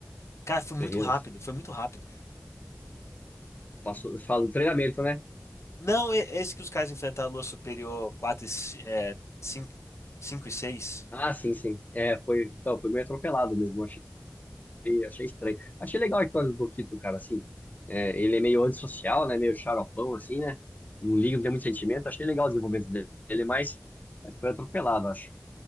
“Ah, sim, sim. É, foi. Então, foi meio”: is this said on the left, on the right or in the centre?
Left